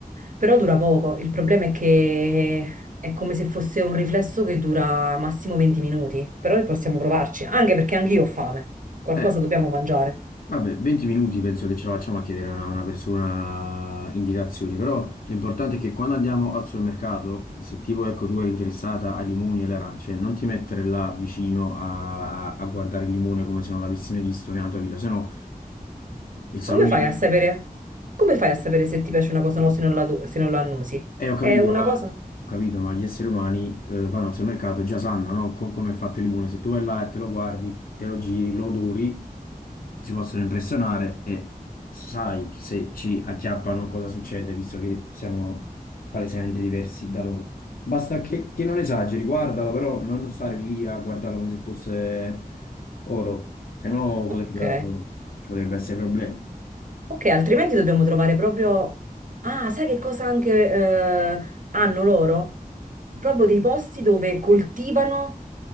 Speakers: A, on the right; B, on the left.
A: però dura poco. Il problema è che è come se fosse un riflesso che dura massimo 20 minuti, però possiamo provarci, anche perché anch'io ho fame, qualcosa
B: Eh,
A: dobbiamo mangiare.
B: Vabbè, 20 minuti penso che ce la facciamo a chiedere a una, una persona indicazioni, però l'importante è che quando andiamo al supermercato, se tipo ecco tu eri interessata ai limoni e alle arance, non ti mettere là vicino a, a- a guardare il limone come se non l'avessi mai visto nella tua vita, sennò il salume,
A: Come fai a sapere? Come fai a sapere se ti piace una cosa o no se non la, tu- se non la annusi?
B: Eh, ho capito,
A: È una
B: ma,
A: cosa?
B: ho capito, ma gli esseri umani eh, vanno al supermercato e già sanno, no? Co- come è fatto il limone. Se tu vai là e te lo guardi, te lo giri, lo odori, si possono impressionare e sai che se ci acchiappano cosa succede, visto che siamo palesemente diversi da loro. Basta che, che non esageri, guardalo, però non stare lì a guardarlo come se fosse oro, se no potrebbero-
A: Ok.
B: ci potrebbe essere problemi.
A: Ok, altrimenti dobbiamo trovare proprio... Ah, sai che cosa anche eh, hanno loro? Proprio dei posti dove coltivano